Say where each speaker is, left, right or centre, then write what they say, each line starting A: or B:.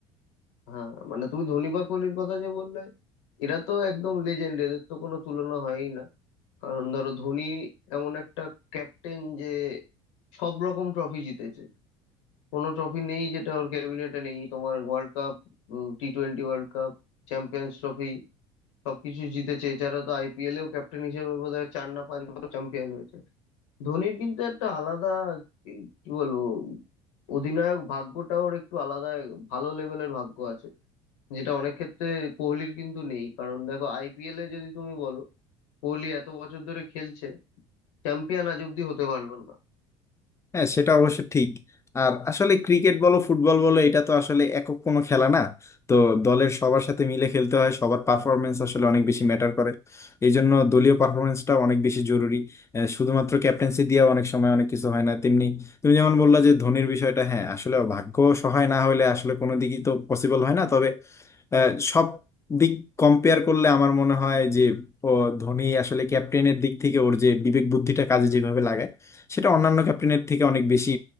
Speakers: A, on the left (about 80°); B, on the left (about 20°).
A: হ্যাঁ মানে তুমি ধোনি বা কোহলির কথা যে বললে এরা তো একদম লেজেন্ড এদের তো কোনো তুলনা হয়ই না কারণ ধরো ধোনি এমন একটা ক্যাপ্টেন যে সব রকম ট্রফি জিতেছে কোনো ট্রফি নেই যেটা ওর ক্যাবিনেটে নেই তোমার world cup T twenty world cup champions trophy সবকিছু জিতেছে এছাড়া তো আইপিএলেও ক্যাপ্টেন হিসেবে বোধহয় চার না পাঁচবার চ্যাম্পিয়ন হয়েছে ধোনির কিন্তু একটা আলাদা কি কি বলবো অধিনায়ক ভাগ্যটা ওর একটু আলাদা ভালো লেভেলের ভাগ্য আছে যেটা অনেক ক্ষেত্রে কোহলির কিন্তু নেই কারণ দেখো আইপিএল এ যদি তুমি বলো কোহলি এত বছর ধরে খেলছে চ্যাম্পিয়ন আজ অব্দি হতে পারলো না
B: হ্যাঁ সেটা অবশ্য ঠিক আর আসলে ক্রিকেট বলো ফুটবল বলো এটা তো আসলে একক কোনো খেলা না তো দলের সবার সাথে মিলে খেলতে হয় সবার পারফরমেন্স আসলে অনেক বেশি ম্যাটার করে এই জন্য দলীয় পারফরমেন্সটা অনেক বেশি জরুরি আহ, শুধুমাত্র ক্যাপ্টেন্সি দিয়ে অনেক সময় অনেক কিছু হয় না তেমনি তুমি যেমন বললা যে ধোনির বিষয়টা হ্যাঁ আসলে ভাগ্য সহায় না হলে আসলে কোনো দিকই তো পসিবল হয় না তবে আহ, সব দিক কম্পেয়ার করলে আমার মনে হয় যে ও, ধোনি আসলে ক্যাপ্টেনের দিক থেকে ওর যে বিবেক বুদ্ধিটা কাজে যেভাবে লাগায় সেটা অন্যান্য ক্যাপ্টেনের থেকে অনেক বেশি